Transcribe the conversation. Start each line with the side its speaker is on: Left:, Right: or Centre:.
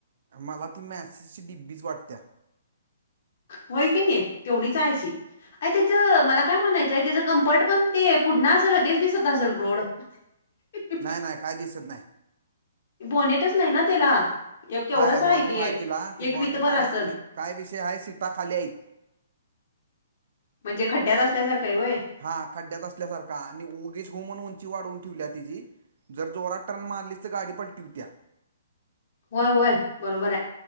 Right: मला ती माचिसची डबीच वाटत्या.
Left: होय की नाही तेवढीच आहे ती. अ त्याचं मला काय म्हणायचं आहे. त्याचं कम्फर्ट पण ते पुढण असं लगेच दिसत असेल रोड <inaudible>
Right: नाही नाही काही दिसत नाही.
Left: बोनेटच नाही ना त्याला, एक केवढंच
Right: हाय हाय बॉनेट
Left: ते
Right: आहे तिला ते
Left: एक
Right: बॉनेटा
Left: वितभर
Right: आहे
Left: असल
Right: आणि काय विषय आहे सीटा खाली आहेत.
Left: म्हणजे खड्डयात असल्यासारखं आहे होय.
Right: हा खड्ड्यात असल्यासारखा आणि उगीच हु म्हणून उंची वाढवून ठेवल्या तिची. जर जोरात टर्न मारलीच तर गाडी पलटी होत्या.
Left: होय होय बरोबर आहे.